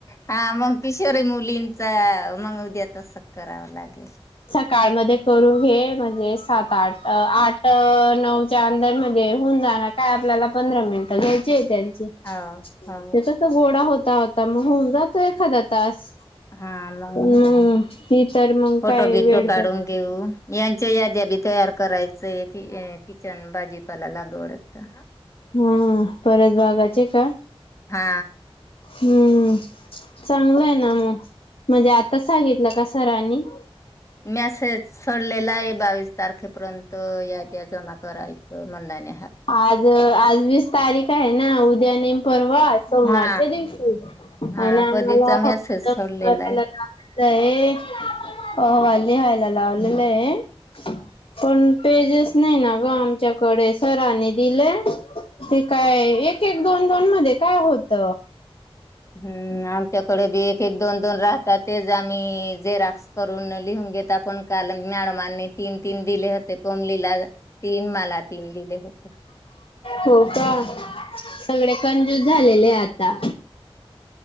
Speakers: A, on the left; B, on the left.
A: हा मग किशोरी मुलींचा मग उद्या तसं करावं लागेल
B: सकाळ मधे करून घे म्हणजे सात आ आठ नऊ च्या अंदरमध्ये होऊन जाणार काय आपल्याला पंधरा मिनिटं घ्यायचे त्यानं
A: हो
B: त्यास
A: हो
B: गोडा होता होता मग हुन जातो एखाद्या तास
A: हा मग
B: हम्म ही तर मग
A: फोटो
B: काय
A: बिटो
B: वेळ
A: काढून
B: तर
A: घेऊ यांच्या याद्या बी तयार करायचंय की किचन बाजीपाला लाग दोडका
B: हा परत बाघायचे का
A: हा
B: हं चांगलं आहे ना मग म्हणजे आताच सांगितलं का सरांनी
A: मॅसेज सोडलेला आहे बावीस तारखे पर्यंत याद्या जमा करायच त मंदान्या
B: आज आज वीस तारीख आहे ना उद्या नेम परवा सोमवारच्या
A: हा
B: दिवशी
A: हा
B: आणि आम्हाला
A: कधीचा मेसेज
B: हवा
A: सोडलेला
B: करायला
A: आहे.
B: ला हे अहवाल लिहायला लावलेलं आहे पण पेजेस नाही ना ग आमच्याकडे सरानी दिलं ते काय एक एक दोन दोन मध्ये काय होत
A: हम्म आमच्याकडे बी एक एक दोन दोन राहतात तेच आम्ही झेरॉक्स करूनली घेता पण काल मॅडमनी तीन तीन दिले होते कोमलीला तीन मा ला तीन दिले होते
B: हो का सगळे कंजूस झालेले ए आता